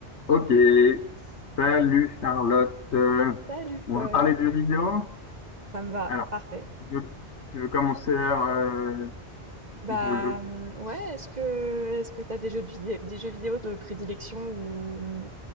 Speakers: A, on the left; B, on the right.
A: Ok, salut Charlotte. Euh,
B: Salut
A: On
B: Paul,
A: va parler de jeux vidéo.
B: ça me va,
A: Alors,
B: parfait.
A: tu veux, tu veux commencer euh,
B: Bah
A: ou tu veux...
B: hum, ouais, est-ce que est-ce que t'as des jeux de vidéo, des jeux vidéo de prédilection ou hum,